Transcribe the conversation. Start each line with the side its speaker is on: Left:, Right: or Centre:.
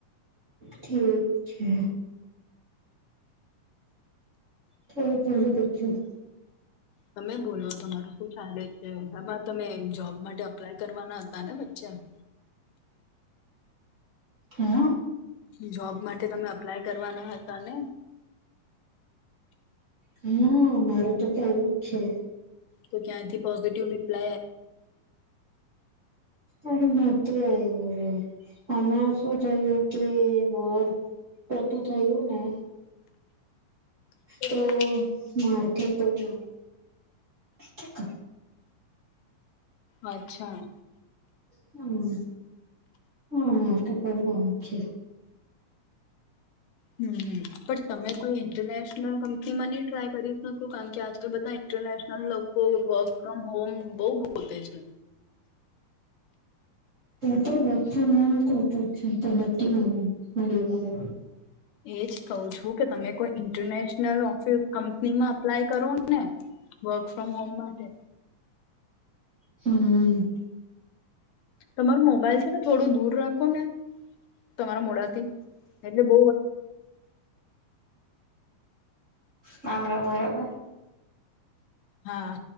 Right: ઠીક છે થો પેલું પેથયુક
Left: તમે બોલો તમારું શું ચાલે છે આમાં તમે જોબ માટે અપ્લાય કરવાના હતા ને વચ્ચા <unintelligible>
Right: હા
Left: જોબ માટે તમે અપ્લાય કરવાના હતા ને
Right: હા મારું તો ચાલુ જ છે
Left: તો ક્યાં થી પોઝિટિવ રિપ્લાય આ
Right: અરે નથી આવ્યું રે આમાં શું થયું કે વોર પતું થયું ને
Left: આવ્યો?
Right: તો માર્કેટ તો જાઉ કે ક
Left: અચ્છા
Right: હમ હા મારે તો બઉ કામ છે
Left: હમ પણ તમે કોઈ ઇન્ટરનેશનલ કંપનીમાં નહી ટ્રાય કરી શકો કારણ કે આજકાલ બધા ઇન્ટરનેશનલ લોકો વર્ક ફ્રોમ હોમ બહુ ગોતે છે
Right: પર વર્ક હોમ ગોતુ તો નથી મળીયુ મળે
Left: એજ કહુ છું કે તમે કોઈ ઈન્ટરનેશનલ ઓફિસ કંપનીમાં અપ્લાય કરો ને ને વર્ક ફ્રોમ હોમ માટે
Right: હમ
Left: તમારું મોબાઈલ છે ને થોડું દૂર રાખો ને તમારા મોડાથી એટલે બહ
Right: માામડા બરાબર
Left: હા